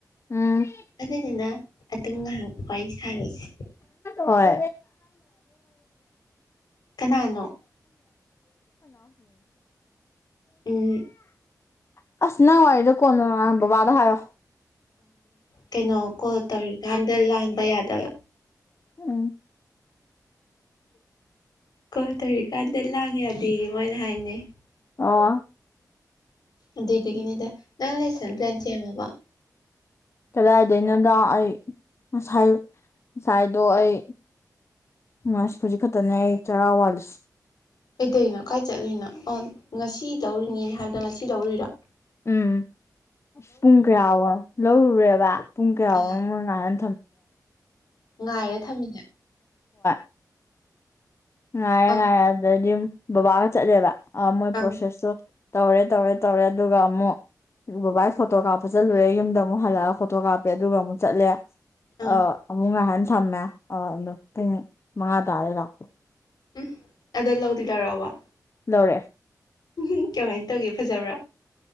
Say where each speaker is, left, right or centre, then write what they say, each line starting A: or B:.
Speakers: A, on the left (about 40°); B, on the left (about 75°).
A: ꯎꯝ
B: ꯑꯗꯨꯅꯤꯅ ꯑꯗꯨꯝ ꯉꯥꯏꯍꯥꯛ ꯋꯥꯔꯤ ꯁꯥꯔꯤꯁꯦ
A: ꯍꯣꯏ
B: ꯀꯅꯥꯅꯣ ꯎꯝ
A: <unintelligible> <unintelligible> ꯑꯁ ꯅꯪ ꯋꯥꯔꯤꯏꯔꯤꯗꯣ ꯀꯣꯟꯅꯣ ꯅꯍ ꯕꯕꯥꯗ ꯍꯥꯏꯌꯣ
B: ꯀꯩꯅꯣ ꯀꯣꯜ ꯇꯧꯔꯤꯀꯥꯟꯗ ꯂꯥꯡꯕ ꯌꯥꯗꯕ
A: ꯎꯝ
B: ꯀꯣ ꯇꯧꯔꯤ ꯀꯥꯟꯗ ꯂꯥꯡ ꯌꯥꯗ ꯃꯣꯏꯅ ꯍꯥꯏꯅꯩ
A: ꯑꯣ
B: ꯑꯗꯨꯏꯗꯨꯒꯤꯅꯤꯗ ꯅꯪ ꯂꯦꯁꯟ ꯄ꯭ꯂꯥꯟ ꯁꯦꯝꯃꯕ
A: ꯀꯗꯥꯏꯗꯩꯅꯣꯗꯣ ꯑꯩ ꯉꯁꯥꯏ ꯉꯁꯥꯏꯗꯣ ꯑꯩ ꯃꯥꯥꯁ ꯐꯖꯤ ꯈꯛꯇꯅꯦ ꯑꯩ ꯆꯔꯥ ꯋꯥꯂꯤꯁ
B: ꯀꯩꯗꯅꯣ ꯀꯥꯏ ꯆꯠꯂꯤꯅꯣ ꯑꯣ ꯉꯁꯤ ꯂꯧꯔꯤꯉꯅꯦ ꯍꯥꯏꯕꯗꯣ ꯉꯁꯤ ꯂꯧꯔꯤꯔꯣ
A: ꯎꯝ ꯄꯨꯡ ꯀꯌꯥꯣ ꯂꯧꯔꯨꯔꯦꯕ ꯄꯨꯡ ꯀꯌꯥꯣ
B: ꯑ
A: ꯃꯃ ꯀꯟ
B: ꯉꯥꯏꯔ ꯊꯝꯃꯤꯅꯦ
A: <unintelligible> ꯉꯥꯏꯔꯦ
B: ꯑꯪ
A: ꯉꯥꯏꯔꯦ ꯑꯗꯨꯗꯗꯤ ꯑꯗꯨꯝ ꯕꯕꯥꯒ ꯆꯠꯂꯦꯕ ꯃꯣꯏ
B: ꯑꯪ
A: ꯄ꯭ꯔꯣꯁꯦꯁꯇꯣ ꯇꯧꯔꯦ ꯇꯧꯔꯦ ꯇꯧꯔꯦ ꯑꯗꯨꯒ ꯑꯃꯨꯛ ꯕꯥ ꯑꯩ ꯐꯣꯇꯣ ꯀꯥꯞꯄ ꯆꯠꯂꯨꯔꯦ ꯌꯨꯝꯗ ꯑꯃꯨꯛ ꯍꯜꯂꯛꯑꯒ ꯐꯣꯇꯣ ꯀꯥꯞꯄꯦ ꯑꯗꯨꯒ ꯑꯃꯨꯛ ꯆꯠꯂꯦ
B: ꯑꯪ
A: ꯑ ꯑꯃꯨꯛ ꯉꯥꯏꯍꯥꯟ ꯊꯝꯃꯦ ꯑ ꯑꯗꯨꯗꯣ ꯄꯨꯡ ꯃꯉꯥ ꯇꯥꯔꯦ ꯂꯥꯛꯄ
B: ꯎꯝ ꯑꯗ ꯂꯧꯗꯤ ꯂꯧꯔꯛꯑꯕꯣ
A: ꯂꯧꯔꯛꯑꯦ
B: ꯎꯝꯍꯝ ꯀꯃꯥꯏꯟ ꯇꯧꯒꯦ ꯐꯖꯕ꯭ꯔꯥ